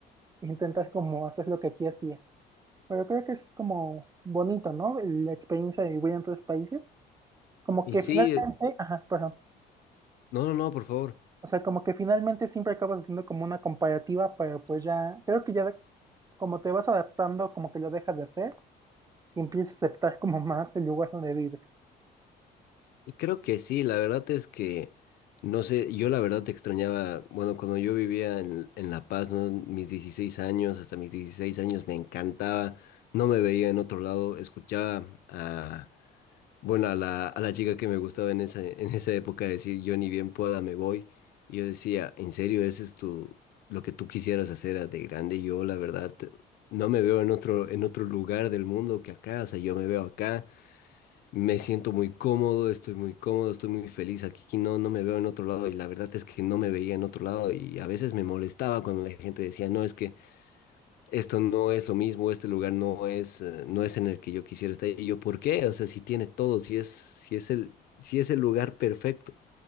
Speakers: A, on the right; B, on the left.
A: intentar como hacer lo que aquí hacía. Pero creo que es como bonito, ¿no? La experiencia de vivir en otros países. Como
B: Y
A: que
B: sí,
A: finalmente, ajá, perdón.
B: no, no, no, por favor.
A: O sea, como que finalmente siempre acabas haciendo como una comparativa, pero pues ya, creo que ya como te vas adaptando, como que lo dejas de hacer y empiezas a aceptar como más el lugar donde vives.
B: Y Creo que sí, la verdad es que, no sé, yo la verdad te extrañaba, bueno, cuando yo vivía en, en La Paz, ¿no? Mis 16 años, hasta mis 16 años me encantaba, no me veía en otro lado, escuchaba a, bueno, a la, a la chica que me gustaba en esa, en esa época decir, yo ni bien pueda me voy, y yo decía, ¿en serio ese es tu, lo que tú quisieras hacer de grande? Yo la verdad no me veo en otro, en otro lugar del mundo que acá, o sea, yo me veo acá me siento muy cómodo, estoy muy cómodo, estoy muy feliz aquí, no, no me veo en otro lado y la verdad es que no me veía en otro lado y a veces me molestaba cuando la gente decía, no, es que esto no es lo mismo, este lugar no es, eh, no es en el que yo quisiera estar. Y yo, ¿por qué? O sea, si tiene todo, si es, si es el, si es el lugar perfecto.